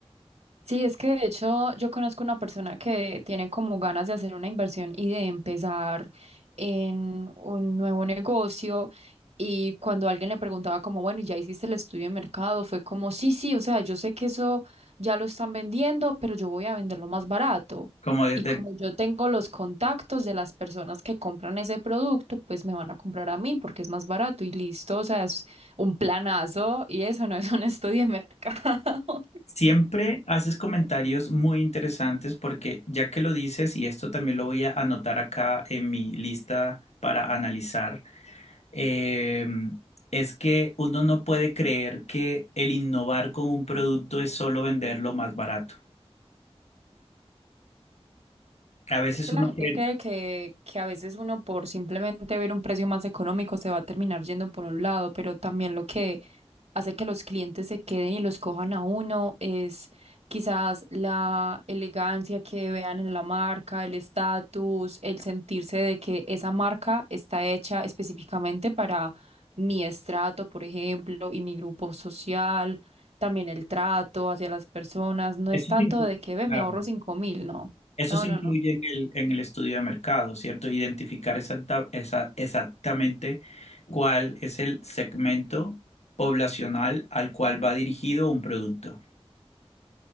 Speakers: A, on the right; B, on the left.
A: Sí, es que de hecho yo conozco una persona que tiene como ganas de hacer una inversión y de empezar en un nuevo negocio y cuando alguien le preguntaba como, bueno, ¿y ¿ya hiciste el estudio de mercado? Fue como, sí, sí, o sea, yo sé que eso ya lo están vendiendo, pero yo voy a venderlo más barato.
B: Como desde
A: Y como
B: el
A: yo tengo los contactos de las personas que compran ese producto, pues me van a comprar a mí porque es más barato y listo, o sea, es un planazo y eso no es un <laughs> estudio de mercado. <laughs>
B: Siempre haces comentarios muy interesantes porque ya que lo dices, y esto también lo voy a anotar acá en mi lista para analizar, eh, es que uno no puede creer que el innovar con un producto es solo venderlo más barato. A veces
A: Es que
B: uno
A: la gente
B: cree,
A: cree que, que a veces uno por simplemente ver un precio más económico se va a terminar yendo por un lado, pero también lo que hace que los clientes se queden y los cojan a uno es quizás la elegancia que vean en la marca, el estatus, el sentirse de que esa marca está hecha específicamente para mi estrato, por ejemplo, y mi grupo social, también el trato hacia las personas. No
B: eso
A: es tanto
B: se inclu-
A: de que ve,
B: claro,
A: me ahorro cinco mil, no.
B: eso
A: No,
B: se
A: no,
B: incluye
A: no.
B: en el, en el estudio de mercado, ¿cierto? Identificar exacta- esa- exactamente cuál es el segmento poblacional al cual va dirigido un producto.